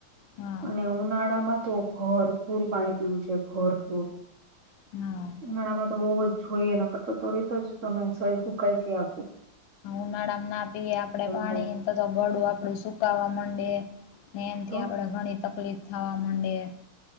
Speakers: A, on the left (about 85°); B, on the right (about 50°).
A: હા
B: અને ઉનાળામાં તો- - ભરપૂર પાણી પીવુ જોઈએ ભરપૂર- -
A: હા.
B: ઉનાળામાં તો બહવ જ જોઈએને તો તો રતો જ તમે શરીર ફૂંકાય છે આખું- -
A: ઉનાળામાં ના પીએ આપડણે પાણી
B: થાય
A: તો તો ગળું આપડું સુકાવા માંડે- - ને એમથી
B: તો
A: આપણેે ઘણી તકલીફ થવા માંટે- -